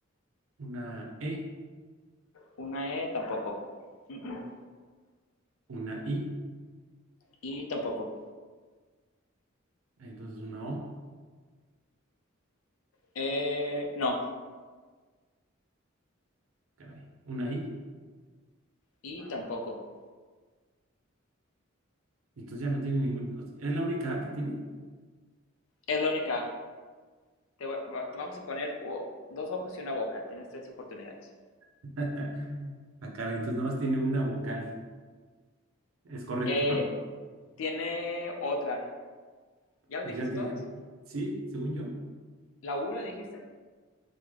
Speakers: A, on the right (about 85°); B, on the left (about 75°).
A: una E.
B: Una E tampoco. Mm, mm.
A: Una I.
B: Y tampoco.
A: Entonces una O.
B: Eh, no.
A: Caray. Una I.
B: Y tampoco.
A: Entonces ya no tiene ningún. o sea, ¿Es la única A que tiene?
B: Es la única. Te, va- te vamos a poner u- dos ojos y una boca. Tienes tres oportunidades.
A: <laughs> Ah, caray. Entonces nada más tiene una vocal. Es correcto,
B: Eh,
A: ¿no?
B: tiene otra. ¿Ya la
A: Ya
B: dijiste
A: te
B: todas?
A: dije. Sí, según yo.
B: ¿La U la dijiste?